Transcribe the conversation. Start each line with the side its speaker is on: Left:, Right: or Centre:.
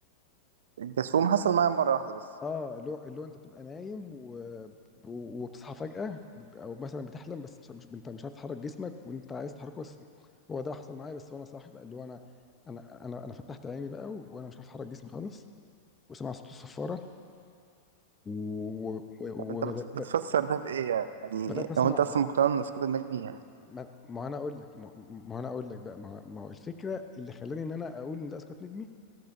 Right: الجاسوم حصل معايا مرة واحدة بس
Left: اه اللي هو اللي هو انت بتبقى نايم و... وبتصحى فجأة او مثلا بتحلم بس مش... مش... انت مش عارف تحرك جسمك وانت عايز تحركه بس هو ده حصل معايا بس وانا صاحي بقى اللي هو انا انا انا انا فتحت عيني بقى وانا مش عارف احرك جسمي خالص وسمع صوت الصفارة وبدأت و... و...
Right: طب انت
Left: وبدأت-
Right: بت- بتفسر
Left: ب-
Right: ده بإيه يعني
Left: بدأت اسمع
Right: هو انت اصلا
Left: أص-
Right: مقتنع ان اسقاط النجم يعني
Left: ما... ما انا اقول لك ما... ما انا اقول لك بقى ما... ما هو الفكرة اللي خلاني ان انا اقول ان ده اسقاط نجمي